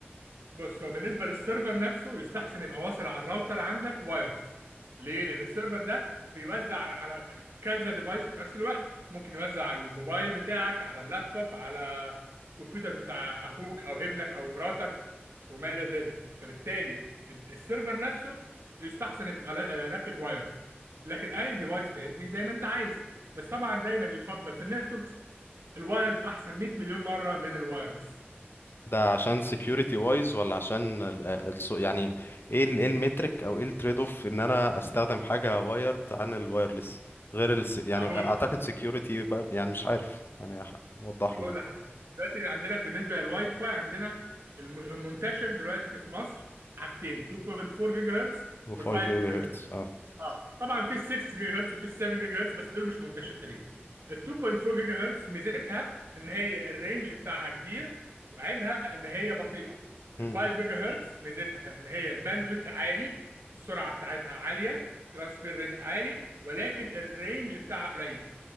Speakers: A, on the right; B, on the left.
A: بص هو بالنسبه للسيرفر نفسه يستحسن يبقى واصل على الراوتر عندك وايرد ليه لان السيرفر ده بيوزع على كذا ديفايس في نفس الوقت ممكن يوزع على الموبايل بتاعك على اللابتوب على الكمبيوتر بتاع اخوك او ابنك او مراتك وما الى ذلك فبالتالي السيرفر نفسه يستحسن يبقى لا- آه، راكب وايرد لكن اي ديفايس تاني زي ما انت عايز بس طبعا دايما يفضل في النتوركس الوايرد احسن 100 مليون مره من الوايرلس
B: ده عشان security وايز ولا عشان ال آه، ال so- يعني ايه ال- ايه المترك او ايه التريد اوف ان انا استخدم حاجة وايرد عن الوايرلس غير ال يعني
A: هقول
B: اعتقد security بقى يعني مش عارف يعني ح- وضح
A: هقول
B: لي يعني
A: لك دلوقتي عندنا بالنسبه للواي فاي عندنا الم- المنتشر دلوقتي في مصر حاجتين 2.4 جيجا هرتز
B: و5
A: وال5 جيجا
B: جيجا هرتز اه
A: اه طبعا في ال 6 جيجا هرتز وفي ال 7 جيجا هرتز بس دول مش منتشرين ال 2.4 جيجا هرتز ميزتها ان هي الرينج بتاعها كبير وعيبها ان هي بطيئه
B: امم
A: ال 5 جيجا هرتز ميزتها ان هي الباندويت عالي السرعه بتاعتها عاليه ترانسفير ريت عالي ولكن الرينج بتاعها قليل